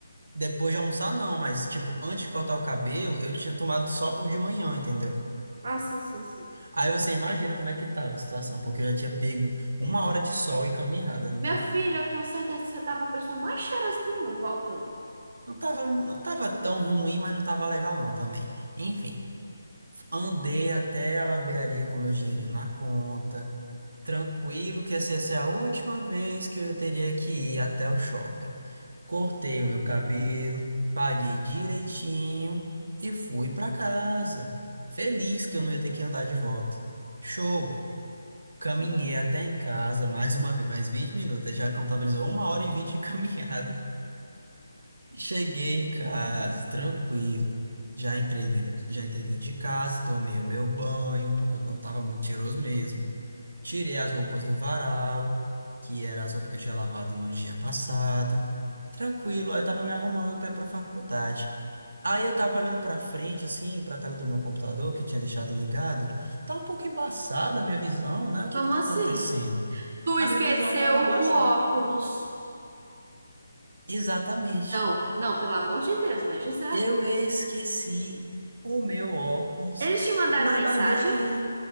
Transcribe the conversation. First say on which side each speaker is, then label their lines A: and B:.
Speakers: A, on the right; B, on the right.
A: Depois de almoçar, não, mas, tipo, antes de cortar o cabelo, eu tinha tomado só o de manhã, entendeu?
B: Ah, sim, sim, sim.
A: Aí você imagina como é que tava a situação, porque eu já tinha pego uma hora de sol e caminhada, né?
B: Meu filho, eu tenho certeza que você tava a pessoa mais cheirosa do mundo voltando.
A: Não tava, não tava tão ruim, mas não tava legal, não, também. Enfim, andei até a barbearia com meu dinheirinho na conta. Tranquilo, que assim, essa é a última vez que eu teria que ir até o shopping. Cortei o meu cabelo, paguei direitinho e fui pra casa. Feliz que eu não ia ter que andar de volta. Show! Caminhei até em casa mais uma vez, mais 20 minutos. Já contabilizou uma hora e vinte de <laughs> caminhada Cheguei em casa, tranquilo. Já entrei dentro, já entrei dentro de casa, tomei o meu banho, porque eu não tava muito cheiroso mesmo. Tirei as roupas do varal, que era as roupas que eu tinha lavado no dia passado. Tranquilo, aí eu tava me arrumando pra ir pra faculdade. Aí eu tava olhando pra frente, assim, pra tela do meu computador, que tinha deixado ligado. Tá um pouco embaçada a minha visão, né? O que
B: Como
A: que tá
B: assim?
A: acontecendo?
B: Tu
A: A
B: esqueceu
A: minha visão tava embaçada.
B: o óculos.
A: Exatamente.
B: Não, não, pelo amor de Deus, né, José
A: Eu esqueci o meu óculos
B: Eles te mandaram
A: na
B: mensagem?
A: barbearia.